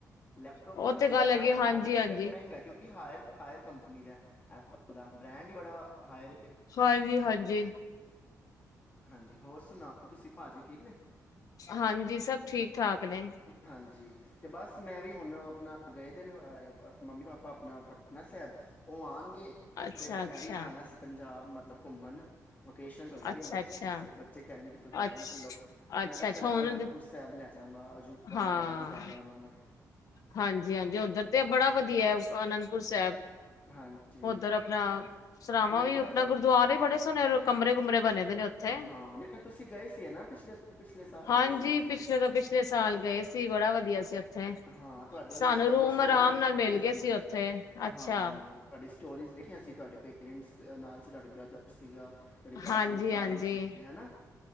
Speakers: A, on the left; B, on the left.
A: ਲੈਪਟੋਪ
B: ਉਹ
A: ਥੋੜਾ
B: ਤੇ
A: ਸਸਤਾ
B: ਗੱਲ ਹੈਗੀ ਹਾਂਜੀ,
A: ਐ।
B: ਹਾਂਜੀ।
A: ਪੈਡ ਮਹਿੰਗਾ ਕਿਉਂਕਿ ਕਿ ਹਾਇਰ ਹਾਇਰ ਕੰਪਨੀ ਦਾ ਐਪਲ ਦਾ ਬ੍ਰੈਂਡ ਹੀ ਬੜਾ ਹਾਇਰ ਹੈ
B: ਹਾਂਜੀ ਹਾਂਜੀ।
A: ਹਾਂਜੀ ਹੋਰ ਸੁਣਾਓ? ਤੁਸੀਂ ਭਾਜੀ ਠੀਕ ਨੇ?
B: ਹਾਂਜੀ ਸਭ ਠੀਕ। ਠਾਕਦੇ।
A: ਹਾਂਜੀ ਤੇ ਬਸ ਮੈਂ ਵੀ ਹੁਣ ਆਪਣਾ ਗਏ ਦੇ ਨੇ ਮੰਮੀ-ਪਾਪਾ ਆਪਣਾ ਪਟਨਾ ਸਾਹਿਬ ਉਹ ਆਉਣ
B: ਅੱਛਾ,
A: ਫੇਰ
B: ਅੱਛਾ।
A: ਮੈਂ ਵੀ ਜਾਣਾ ਸੀ ਪੰਜਾਬ ਮਤਲਬ ਘੁੰਮਣ। ਵੋਕੇਸ਼ਨ ਹੋਈ ਪਈ
B: ਅੱਛਾ,
A: ਹੈ ਬੱਚੇ
B: ਅੱਛਾ,
A: ਬੱਚੇ ਕਹਿ ਘੁੰਮਣ
B: ਅੱਛ
A: ਚੱਲੋ,
B: ਅੱਛਾ,
A: ਮੈਂ ਕਿਹਾ ਚਲ
B: ਅੱਛਾ
A: ਆਨੰਦਪੁਰ
B: ਹੁਣ
A: ਸਾਹਿਬ ਲੈ ਜਾਗਾ। ਜੁਬਾ
B: ਹਾਂ
A: ਵਗੈਰਾ ਦਿਖਾ ਲਿਆਵਾਂਗਾ।
B: ਹਾਂਜੀ -ਹਾਂਜੀ, ਓਧਰ ਤੇ ਬੜਾ ਵਧੀਆ ਐ ਅਨੰਦਪੁਰ ਸਾਹਿਬ।
A: ਹਾਂਜੀ
B: ਉੱਧਰ ਆਪਣਾ ਸਰਾਵਾਂ
A: ਮੇਰੇ
B: ਵੀ ਆਪਣਾ
A: ਖਿਆਲ
B: ਗੁਰਦੁਆਰੇ ਬੜੇ <inaudible> ਕਮਰੇ -ਕੁਮਰੇ ਬਣੇ ਪਏ ਨੇ ਉੱਥੇ,
A: ਹਾਂ ਮੇਰੇ ਖਿਆਲ ਤੁਸੀਂ ਗਏ ਸੀ ਹੈ ਨਾ ਪਿਛਲੇ ਪਿਛਲੇ ਸਾਲ
B: ਹਾਂਜੀ
A: ਗਏ ਸੀ ਤੁਸੀਂ
B: ਪਿਛਲੇ ਤੋਂ ਪਿਛਲੇ ਸਾਲ ਗਏ ਸੀ। ਬੜਾ ਵਧੀਆ ਸੀ ਉੱਥੇ।
A: ਹਾਂ ਤੁਹਾਡੇ
B: ਸਾਨੂੰ
A: ਮੈਂ ਤੁਹਾਡੀ
B: ਰੂਮ
A: ਸਟੋਰੀ
B: ਆਰਾਮ
A: ਵੇਖਿਆ
B: ਨਾਲ ਮਿਲ ਗਏ
A: ਸੀ
B: ਉੱਥੇ ਅੱਛਾ
A: ਹਾਂ ਤੁ ਸਟੋਰੀਜ਼ ਵੇਖਿਆ ਸੀ ਤੁਹਾਡੇ ਪੇਰੈਂਟਸ ਨਾਲ ਸੀ, ਤੁਹਾਡੇ ਬ੍ਰਦਰ ਸੀਗਾ ਤੁਹਾਡੀ ਭਾਬੀ
B: ਹਾਂਜੀ,
A: ਔਰ ਸਾਰੇ
B: ਹਾਂਜੀ।
A: ਸੀਗੇ ਹਨਾ